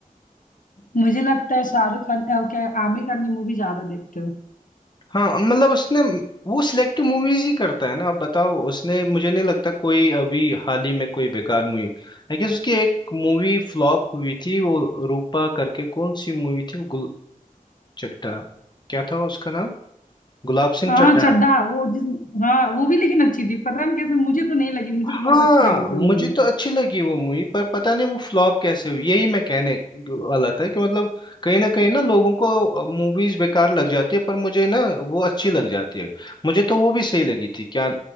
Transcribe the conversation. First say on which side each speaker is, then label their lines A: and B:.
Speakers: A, on the left; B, on the left.
A: मुझे लगता है शाहरुख खान अ, क्या आमिर खान की मूवी ज्यादा देखते हो
B: हाँ मतलब उसने वो सिलेक्टिव मूवीज ही करता है ना अब बताओ उसने मुझे नहीं लगता कोई अभी हाल ही में कोई बेकार मूवी आई गेस उसकी एक मूवी फ्लॉप हुई थी वो रूपा करके कौन सी मूवी थी वो गुल चड्ढा क्या था उसका नाम गुलाब सिंह
A: हाँ
B: चड्ढा
A: चड्ढा वो जिस हाँ वो भी लेकिन अच्छी थी पता नहीं कैसे मुझे तो नहीं लगी मुझे तो
B: हाँ
A: बहुत अच्छी लगी थी वो मूवी
B: मुझे तो अच्छी लगी वो मूवी पर पता नहीं वो फ्लॉप कैसे हुई यही मैं कहने वाला था कि मतलब कहीं ना कहीं ना लोगों को मूवीज बेकार लग जाती है पर मुझे ना वो अच्छी लग जाती है मुझे तो वो भी सही लगी थी क्या